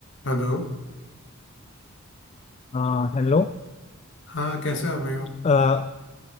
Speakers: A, on the left; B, on the left.
A: Hello
B: हाँ हेलो
A: हाँ कैसे हो भाई हो
B: अ,